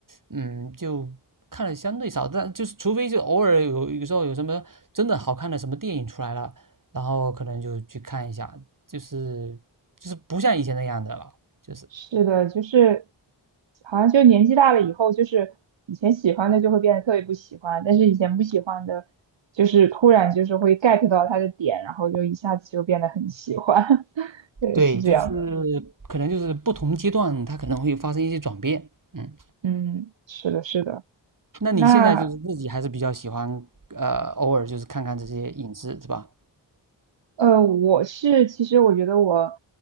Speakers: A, on the right (about 45°); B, on the right (about 75°).
A: 嗯就看的相对少，但就是除非就偶尔有有时候有什么真的好看的什么电影出来了，然后可能就去看一下，就是就是不像以前那样的了，就是。
B: 是的，就是好像就年纪大了以后，就是以前喜欢的就会变得特别不喜欢，但是以前不喜欢的，就是突然就是会 get 到他的点，然后就一下子就变得很喜欢。<laughs> 对，
A: 对，
B: 是这样的。
A: 就是可能就是不同阶段，它可能会发生一些转变。嗯，
B: 嗯，是的，是的。
A: 那你现在就是自己还是比较喜欢，
B: 那
A: 呃，偶尔就是看看这些影视，是吧？
B: 呃，我是其实我觉得我，